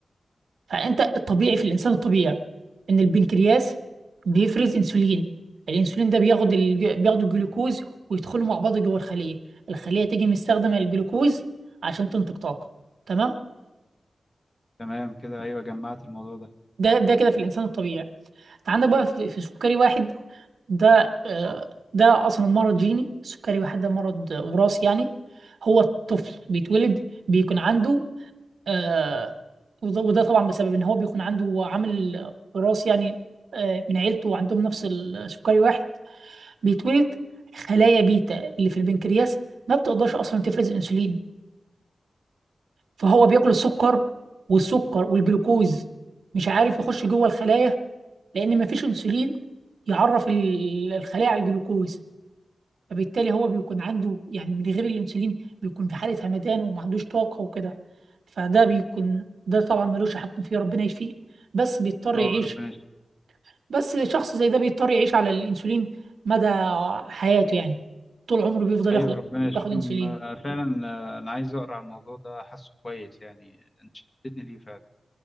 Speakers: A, on the right; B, on the left.
A: فانت الطبيعي في الانسان الطبيعي ان البنكرياس بيفرز انسولين الانسولين ده بياخد الج... بياخد الجلوكوز ويدخلوا مع بعض جوه الخليه الخليه تيجي مستخدمه الجلوكوز عشان تنتج طاقه تمام
B: تمام كده أيوه جمعت الموضوع ده
A: ده ده كده في الانسان الطبيعي انت عندك بقى في, في سكري واحد ده آه، ده اصلا مرض جيني السكري واحد ده مرض آه، وراثي يعني هو الطفل بيتولد بيكون عنده آه، وده وده طبعا بسبب ان هو بيكون عنده عامل وراثي يعني آه، من عيلته عندهم نفس السكري واحد بيتولد خلايا بيتا اللي في البنكرياس ما بتقدرش اصلا تفرز انسولين فهو بياكل السكر والسكر والجلوكوز مش عارف يخش جوه الخلايا لان ما فيش انسولين يعرف ال- الخلايا على الجلوكوز فبالتالي هو بيكون عنده يعني من غير الانسولين بيكون في حالة همدان وما عندوش طاقة وكده فده بيكون ده طبعا ملوش حق فيه ربنا يشفيه بس بيضطر
B: اه
A: يعيش
B: ربنا
A: بس شخص زي ده بيضطر يعيش على الانسولين مدى حياته يعني طول عمره بيفضل
B: ايوه
A: ياخد
B: ربنا يشفيهم
A: ياخد انسولين
B: آه، فعلا آه، انا عايز اقرا على الموضوع ده حاسه كويس يعني انت شدتني ليه فعلا